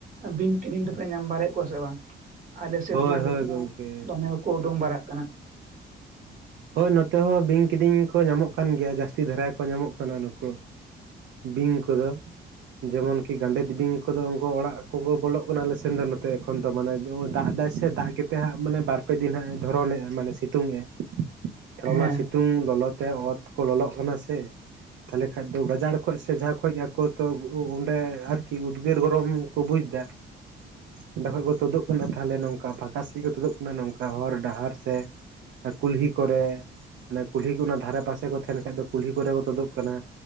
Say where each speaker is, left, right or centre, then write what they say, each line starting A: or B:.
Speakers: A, on the right; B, on the right.
A: ᱵᱤᱧ ᱠᱤᱫᱤᱧ ᱫᱚ ᱯᱮ ᱧᱟᱢ ᱠᱤᱫᱤᱧ ᱫᱚᱯᱮ ᱵᱟᱲᱟ ᱠᱚᱣᱟ ᱥᱮ ᱵᱟᱝ ᱟᱞᱮ ᱥᱮᱫ
B: ᱦᱳᱭ
A: ᱢᱟ ᱞᱤᱠ
B: ᱦᱳᱭ
A: ᱢᱟ
B: ᱜᱚᱢᱠᱮ
A: ᱫᱚᱢᱮ ᱠᱚᱠᱚ ᱩᱰᱩᱝ ᱵᱟᱲᱟᱜ ᱠᱟᱱᱟ,
B: ᱦᱳᱭ ᱱᱚᱛᱮ ᱦᱚᱸ ᱵᱤᱧ ᱠᱤᱫᱤᱧ ᱠᱚ ᱧᱟᱢᱚᱜ ᱠᱟᱱ ᱜᱮᱭᱟ ᱡᱟᱹᱥᱛᱤ ᱫᱷᱟᱨᱟ ᱠᱚ ᱧᱟᱢᱚᱜ ᱠᱟᱱᱟ ᱱᱩᱠᱩ ᱵᱤᱧ ᱠᱚᱫᱚ ᱡᱮᱢᱚᱱ ᱠᱤ ᱜᱟᱸᱰᱮᱛ ᱵᱤᱧ ᱠᱚᱫᱚ ᱩᱱᱠᱩ ᱚᱲᱟᱜ ᱠᱚᱠᱚ ᱵᱚᱞᱚᱜ ᱠᱟᱱᱟ ᱟᱞᱮᱥᱱ ᱫᱚ ᱱᱚᱛᱮ ᱮᱠᱷᱚᱱ ᱫᱚ ᱢᱟᱱᱮ ᱫᱟᱜ ᱮᱟᱭ ᱥᱮ ᱫᱟᱜ ᱠᱟᱛᱮᱫ ᱦᱜ ᱢᱟᱱᱮ ᱵᱟᱨ ᱯᱮ ᱫᱤᱱ ᱦᱟᱸᱜ ᱮ ᱫᱷᱚᱨᱚᱱᱮᱜᱟᱭ ᱢᱟᱱᱮ ᱥᱤᱛᱩᱝ ᱮᱼᱟᱭ ᱛᱟᱦᱞᱮ
A: ᱦᱮᱸ
B: ᱚᱱᱟ ᱥᱤᱛᱩᱝ ᱞᱚᱞᱚ ᱛᱮ ᱚᱛ ᱠᱚ ᱞᱚᱞᱚᱜ ᱠᱟᱱᱟ ᱥᱮ ᱛᱟᱦᱚᱞᱮ ᱠᱷᱟᱱ ᱫᱚ ᱜᱟᱡᱟᱲ ᱠᱷᱚᱡ ᱥᱮ ᱡᱟᱦᱟᱸ ᱠᱷᱚᱡ ᱟᱠᱚ ᱛᱚ ᱚᱸᱰᱮ ᱟᱨᱠᱤ ᱩᱫᱽᱜᱟᱹᱨ ᱜᱚᱨᱚᱢ ᱠᱚ ᱵᱩᱡᱽ ᱮᱫᱟ ᱚᱸᱰᱮ ᱠᱷᱚᱡ ᱠᱚ ᱛᱩᱫᱩᱜ ᱠᱟᱱᱟ ᱛᱟᱦᱮ ᱱᱚᱝᱠᱟ ᱯᱷᱟᱸᱠᱟ ᱥᱮᱫ ᱠᱚ ᱛᱩᱫᱩᱜ ᱠᱟᱱᱟ ᱱᱚᱝᱠᱟ ᱦᱚᱨ ᱰᱟᱦᱟᱨ ᱥᱮ, ᱠᱩᱞᱦᱤ ᱠᱚᱨᱮ ᱢᱮ ᱠᱩᱞᱦᱤ ᱠᱚ ᱚᱱᱟ ᱫᱷᱟᱨᱮ ᱯᱟᱥᱮ ᱠᱚ ᱛᱟᱦᱮᱱ ᱠᱷᱟᱡ ᱫᱚ ᱠᱩᱞᱦᱤ ᱠᱚᱨᱮ ᱠᱚ ᱛᱳᱫᱳᱜ ᱠᱟᱱᱟ